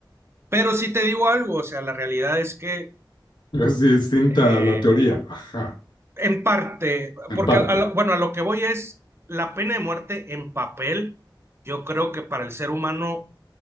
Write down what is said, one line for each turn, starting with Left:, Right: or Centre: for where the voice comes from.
Right: pero sí te digo algo, o sea, la realidad es que
Left: Es distinta
Right: eh,
Left: a la teoría, ajá,
Right: en parte,
Left: en
Right: porque
Left: parte.
Right: a- a lo- bueno, a lo que voy es la pena de muerte en papel, yo creo que para el ser humano